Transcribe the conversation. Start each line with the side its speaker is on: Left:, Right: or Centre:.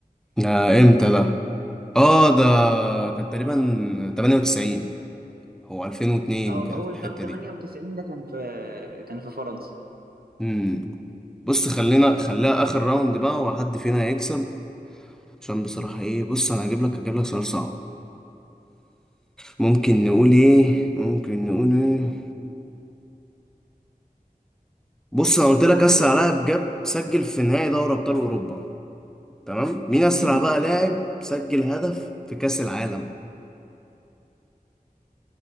Centre: آه امتى ده اه ده كان تقريبا 98 او 2002
Right: <laughs> اه
Centre: كانت
Right: هو
Centre: الحته
Right: ت- 98
Centre: دي
Right: ده كان في كان في فرنسا
Centre: امم بص خلينا خليها اخر راوند بقى وحد فينا هيكسب عشان بصراحة ايه بص انا هجيب لك هجيب لك سؤال صعب ممكن نقول ايه ممكن نقول ايه بص انا قلت لك اسرع لاعب جاب سجل في نهائي دوري ابطال اوروبا تمام مين اسرع
Right: امم
Centre: بقى لاعب سجل هدف في كاس العالم